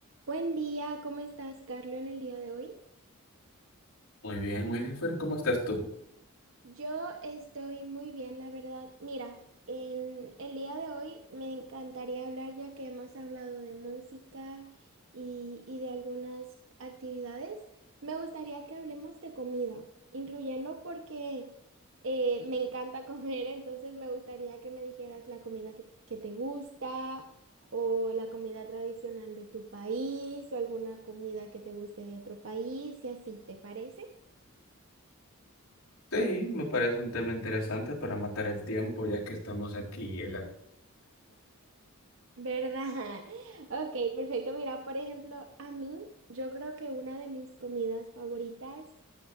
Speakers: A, on the right (about 60°); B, on the left (about 80°).
A: Buen día, ¿cómo estás, Carlos, en el día de hoy?
B: Muy bien, Winifred, ¿cómo estás tú?
A: Yo estoy muy bien, la verdad. Mira, en el día de hoy me encantaría hablar ya que hemos hablado de música y, y de algunas actividades. Me gustaría que hablemos de comida, incluyendo porque eh, me encanta comer, <laughs> entonces me gustaría que me dijeras la comida que, que te gusta o la comida tradicional de tu país o alguna comida que te guste de otro país y así, ¿te parece?
B: Sí, me parece un tema interesante para matar el tiempo, ya que estamos aquí en la...
A: ¿Verdad? <laughs> Ok, perfecto. Mira, por ejemplo, a mí yo creo que una de mis comidas favoritas